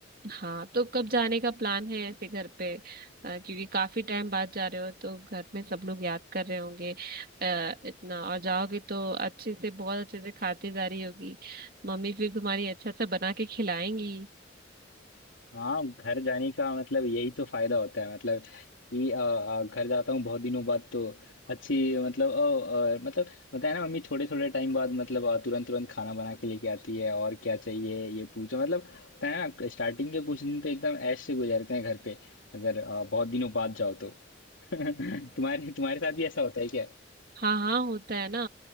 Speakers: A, on the right (about 50°); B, on the left (about 75°).
A: हाँ तो कब जाने का प्लान है ऐसे घर पे अ, क्योंकि काफी टाइम बाद जा रहे हो तो घर में सब लोग याद कर रहे होंगे आ, इतना और जाओगे तो अच्छे से बहुत अच्छे से खातिरदारी होगी मम्मी फिर तुम्हारी अच्छा सा बना के खिलाएंगी
B: हाँ घर जाने का मतलब यही तो फायदा होता है मतलब कि अ, अ, घर जाता हूँ बहुत दिनों बाद तो अच्छी मतलब अ, अ, मतलब होता है ना मम्मी थोड़े थोड़े टाइम बाद मतलब अ, तुरंत तुरंत खाना बना के लेके आती है और क्या चाहिए ये पूछो मतलब होता है ना स्टार्टिंग के कुछ दिन तो एकदम ऐश से गुजरते हैं घर पे अगर अ, बहुत दिनों बाद जाओ तो <laughs> तुम्हारे तुम्हारे साथ भी ऐसा होता है क्या
A: हाँ हाँ होता है ना